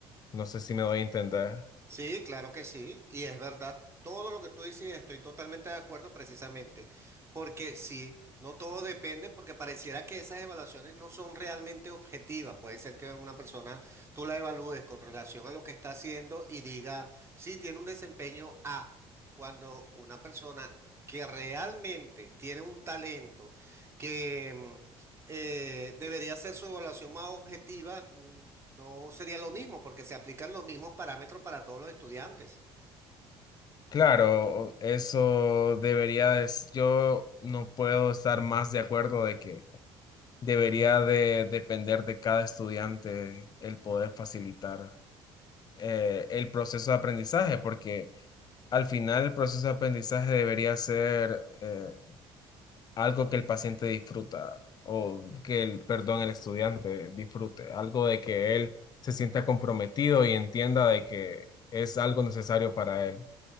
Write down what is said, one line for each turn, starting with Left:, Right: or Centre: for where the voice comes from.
Left: No sé si me doy a entender.
Right: Sí, claro que sí, y es verdad, todo lo que tú dices, estoy totalmente de acuerdo precisamente, porque sí, no todo depende, porque pareciera que esas evaluaciones no son realmente objetivas, puede ser que una persona tú la evalúes con relación a lo que está haciendo y diga, sí, tiene un desempeño A, cuando una persona que realmente tiene un talento que mm, eh, debería ser su evaluación más objetiva. mm, no sería lo mismo porque se aplican los mismos parámetros para todos los estudiantes.
Left: Claro, eso debería de, s- yo no puedo estar más de acuerdo de que debería de depender de cada estudiante el poder facilitar. eh, el proceso de aprendizaje, porque al final el proceso de aprendizaje debería ser eh, algo que el paciente disfruta o que el, perdón, el estudiante disfrute, algo de que él se sienta comprometido y entienda de que es algo necesario para él.